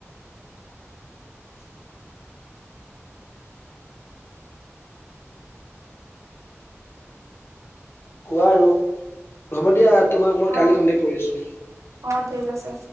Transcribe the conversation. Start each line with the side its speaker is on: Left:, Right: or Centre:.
Left: <inaudible> কোৱা আৰু হ'ব দিয়া। তোমাক মই
Right: অ
Left: কালি কন্টেক্ট কৰি আছো।
Right: অ ঠিক আছে।